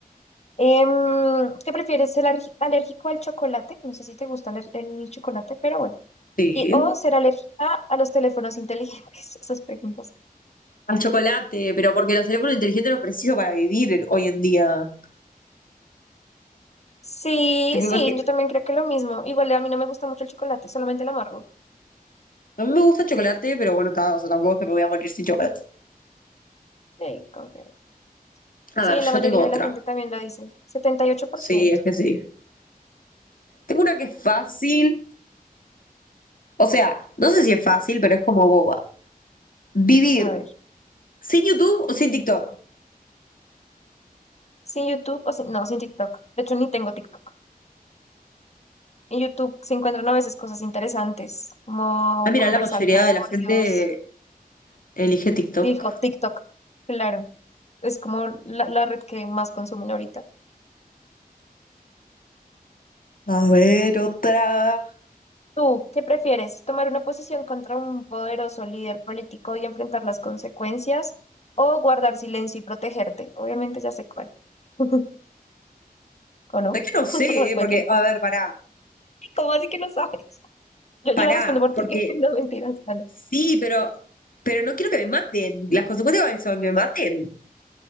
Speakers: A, on the left (about 45°); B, on the left (about 60°).
A: Em, ¿qué prefieres? ¿Ser alergi- alérgico al chocolate? No sé si te gusta aler- el, chocolate, pero bueno.
B: Sí.
A: Y, o ser alérgica a los teléfonos inteligentes, <laughs> esas preguntas.
B: Al chocolate, pero porque los teléfonos inteligentes los preciso para vivir hoy en día.
A: Sí,
B: Tipo,
A: sí,
B: imagi-
A: yo también creo que lo mismo. Igual a mí no me gusta mucho el chocolate, solamente el amargo.
B: A mí me gusta el chocolate, pero bueno, ta, o sea, tampoco es que me voy a morir sin chocolate.
A: Sí, confirmo. Sí,
B: A ver, yo
A: la mayoría
B: tengo otra.
A: de la gente también lo dice. Setenta y ocho por
B: Sí,
A: ciento.
B: es que sí. Tengo una que es fácil. O sea, no sé si es fácil, pero es como boba. Vivir
A: A ver.
B: sin YouTube o sin TikTok.
A: ¿Sin YouTube o sin- no, sin TikTok? De hecho, ni tengo TikTok. En YouTube se encuentran a veces cosas interesantes, como
B: Ah, mira,
A: conversatorios.
B: la mayoría de la gente elige TikTok.
A: Dijo TikTok, claro. Es como la, la red que más consumen ahorita.
B: A ver, otra.
A: ¿Tú qué prefieres? ¿Tomar una posición contra un poderoso líder político y enfrentar las consecuencias? ¿O guardar silencio y protegerte? Obviamente ya sé cuál. <laughs> ¿O no?
B: Es que
A: <laughs>
B: no sé,
A: O
B: ¿eh?
A: cualquiera.
B: porque, a ver, pará,
A: ¿Cómo así que no sabes? Yo,
B: pará,
A: yo la respondo por
B: porque
A: ti. <laughs> No mentiras, dale.
B: sí, pero, pero no quiero que me maten. Las consecuencias son que me maten.